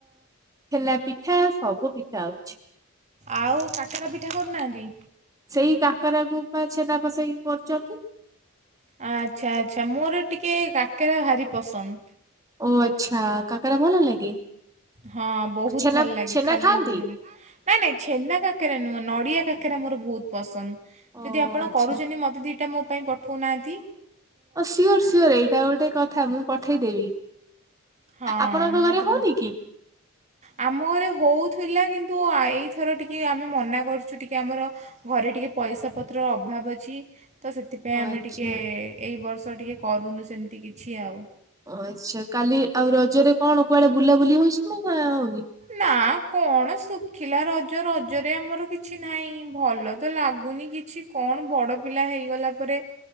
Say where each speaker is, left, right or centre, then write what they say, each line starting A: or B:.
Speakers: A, on the right; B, on the right.
A: ହେଲା ପିଠା ସବୁ ପିଠା ହଉଛି।
B: ଆଉ କାକେରା ପିଠା କରୁନାହାନ୍ତି?
A: ସେଇ କାକରା କୁ ପା ଛେନା ପସେଇକି କରୁଚନ୍ତି।
B: ଆଚ୍ଛା ଆଚ୍ଛା ମୋର ଟିକିେ କାକେରା ଭାରି ପସନ୍ଦ।
A: ଓ ଆଚ୍ଛା କାକରା ଭଲ ଲାଗେ?
B: ହଁ ବହୁତ
A: ଛେନା
B: ଭଲ ଲାଗେ
A: ଛେନା
B: ଖାଲି
A: ଖାଆନ୍ତି
B: <unintelligible> ନାଇଁ ନାଇଁ ଛେନା କାକେରା ନୁହଁ ନଡିଆ କାକେରା ମୋର ବହୁତ ପସନ୍ଦ।
A: ଓ
B: ଯଦି ଆପଣ
A: ଆଚ୍ଛା।
B: କରୁଛନ୍ତି ମୋତେ ଦୁଇଟା ମୋ ପାଇଁ ପଠଉନାହାଁନ୍ତି।
A: ଓ ସିଓର ସିଓର ଏଇଟା ଗୋଟେ କଥା ମୁଁ ପଠେଇଦେବି।
B: ହଁ
A: ଆପଣଙ୍କ ଘରେ
B: ମୋତେ
A: ହଉନି
B: ବହୁ-
A: କି?
B: ଆମ ଘରେ ହଉଥିଲା କିନ୍ତୁ ଏଇଥର ଟିକେ ଆମେ ମନା କରୁଛୁ ଟିକେ ଆମର ଘରେ ଟିକେ ପଇସା ପତ୍ରର ଅଭାବ ଅଛି। ତ ସେଥିପାଇଁ
A: ଓ
B: ଆମେ
A: ଆଚ୍ଛା
B: ଟିକିେ ଏଇ ବର୍ଷ ଟିକେ କରୁନୁ ସେମିତି କିଛି ଆଉ।
A: ଓ ଆଚ୍ଛା କାଲି ଆଉ ରଜରେ କଣ କୁଆଡେ ବୁଲାବୁଲି ହଉଛି ନା ନା ଆଉ।
B: ନା କଣ ଶୁଖିଲା ରଜ ରଜରେ ଆମର କିଛି ନାହିଁ। ଭଲ ତ ଲାଗୁନି କିଛି କଣ ବଡ ପିଲା ହେଇଗଲା ପରେ